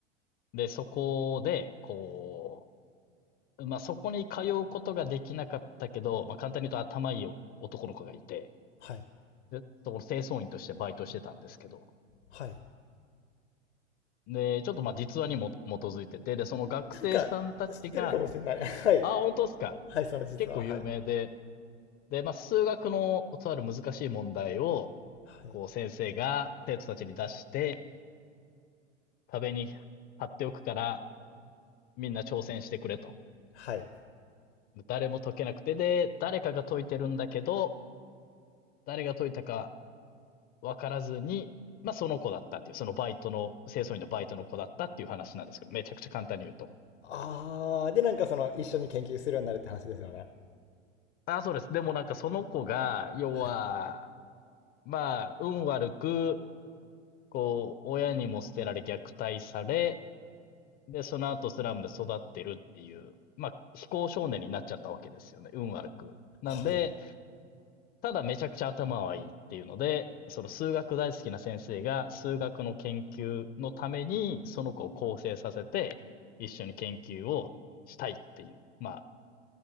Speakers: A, on the left (about 25°); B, on the left (about 65°).
A: で、そこで、こう、まあ、そこに通うことができなかったけど、まあ、簡単に言うと頭いい男の子がいて、
B: はい。
A: で、そこの清掃員としてバイトしてたんですけど、
B: はい。
A: で、ちょっとまあ実話にも基づいてて、で、その学生さんたちが、
B: なんか、知ってるかもしれない。<laughs> はい。
A: あ、本当ですか
B: はい、その実は、
A: 結構有名で、
B: はい。
A: で、まあ数学のとある難しい問題を、
B: はい。
A: こう先生が生徒たちに出して、壁に貼っておくから、みんな挑戦してくれと。
B: はい。
A: 誰も解けなくて、で、誰かが解いてるんだけど、誰が解いたか分からずに、まあその子だったっていう、そのバイトの、清掃員のバイトの子だったっていう話なんですけど、めちゃくちゃ簡単に言うと。
B: ああ、で、なんかその、一緒に研究するようになるって話ですよね。
A: ああ、そうです。でもなんかその子が、要は、
B: はい。
A: まあ、運悪く、こう、親にも捨てられ虐待され、で、その後スラムで育ってるっていう、まあ、非行少年になっちゃったわけですよね。運悪く。なんで、
B: はい。
A: ただめちゃくちゃ頭はいいっていうので、その数学大好きな先生が数学の研究のためにその子を構成させて一緒に研究をしたいっていう、まあ